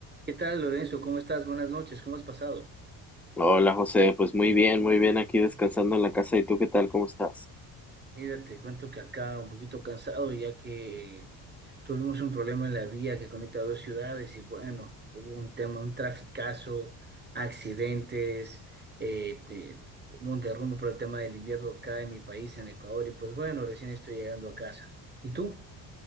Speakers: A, on the right; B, in the centre.
A: ¿Qué tal, Lorenzo? ¿Cómo estás? Buenas noches, ¿cómo has pasado?
B: Hola José, pues muy bien, muy bien aquí descansando en la casa. ¿Y tú qué tal? ¿Cómo estás?
A: Mira, te cuento que acá un poquito cansado ya que tuvimos un problema en la vía que conecta dos ciudades y bueno, hubo un tema, un traficazo, accidentes, eh, de- hubo un derrumbe por el tema del invierno acá en mi país, en Ecuador, y pues bueno, recién estoy llegando a casa. ¿Y tú?